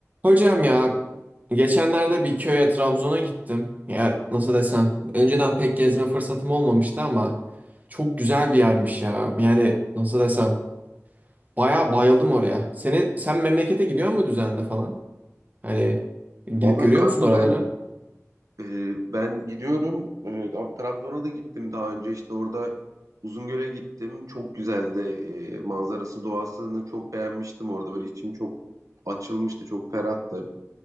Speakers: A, on the right; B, on the right.
A: Hocam ya geçenlerde bir köye Trabzon'a gittim. Ya nasıl desem önceden pek gezme fırsatım olmamıştı ama çok güzel bir yermiş ya. Yani nasıl desem bayağı bayıldım oraya. Senin sen memlekete gidiyor mu düzenli falan? Hani gidip
B: Vallahi
A: görüyor
B: kanka
A: musun oralara?
B: ben e, ben gidiyorum. E, Trabzon'a da gittim daha önce işte orada Uzungöl'e gittim. Çok güzeldi. E, manzarası, doğasını çok beğenmiştim orada. Böyle içim çok açılmıştı, çok ferahtı.